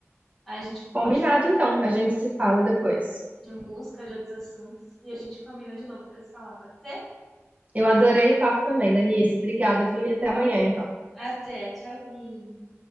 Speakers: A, in the centre; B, on the right (about 30°).
A: Aí a gente
B: Combinado,
A: pode falar
B: então. A gente se fala depois.
A: de música, de outros assuntos, e a gente combina de novo pra se falar, pode ser?
B: Eu adorei o papo também, Denise. Obrigada, viu? E até
A: Igualmente.
B: amanhã, então.
A: Até, tchauzinho.